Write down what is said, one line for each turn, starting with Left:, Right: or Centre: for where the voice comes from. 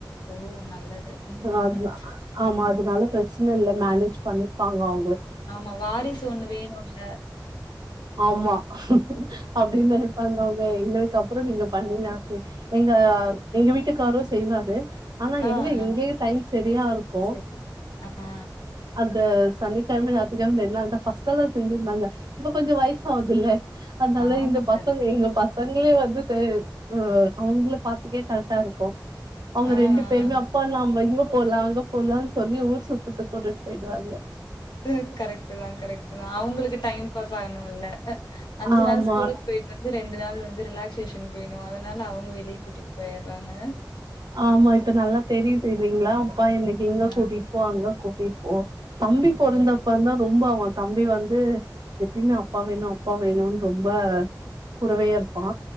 Left: ஓ! நல்லது. ம்.
Right: அதுல ஆமா
Left: ஆ.
Right: அதனால பிரச் <unintelligible> இல்ல மேனேஜ் பண்ணிப்பாங்க அவுங்களே
Left: ஆமா வாரிசு ஒண்ணு வேணும்ல்ல
Right: ஆமா அப்டின்னு நெனாப்பாங்க அவுங்க எங்களுக்கு அப்றோ நீங்க பண்ணீங்க எங்க எங்க வீட்டுக்காரு செய்வாரு ஆனா
Left: ஆ,
Right: எங்க இங்கே
Left: ஆ.
Right: டைம் சரியாருக்கு
Left: சரி. ஆ.
Right: அ அது சனிக்கிழம ஞாத்திக்கிழம ரெண் நாள்தா ஃபர்ஸ்ட்டு எல்லா செஞ்சிருந்தாங்க இப்ப கொஞ்சோ வயசு ஆகுதுல்ல அதனால
Left: ஆமா.
Right: இந்த பசங்க
Left: கண்டிப்பா.
Right: எங்க பச ங்களே வந்து செ உ அவுங்கள பாத்துக்கே கரெக்டாருக்கு அவுங்க
Left: ஆ,
Right: ரெண்டு பேருமே
Left: ஆ.
Right: அப்பா நம்ம இங்க போலா அங்க போலான்னு சொல்லி ஊர் சுத்துதுக்கு கூண்டிட்டு போய்டுவாங்க
Left: து கரெக்ட் தா கரெக்ட் தா அவுங்களுக்கு டைம் பாஸ் ஆகணுல்ல அஞ்சு
Right: ஆமா
Left: நாள் ஸ்கூலுக்கு போய்ட்டு வந் து ரெண்டு நாள் வந்து ரிலாக்சேஷனுக்கு வேணு அதனால அவுங்க வெளிய கூட்டிட்டு போய்டுறாங்க
Right: ஆமா இப்ப நல்லா தெரிதுல்லிங்களா அப்பா என்னைக்கு எங்க
Left: ஆ.
Right: கூட்டிட்டு போ அங்க கூட்டிட்டு போ தம்பி பொறந்தப்பந்தா ரொம்ப அவன் தம்பி வந்து எப்பயுமே அப்பா வேணு அப்பா வேணுனு ரொம்ப கூடவே இருப்பா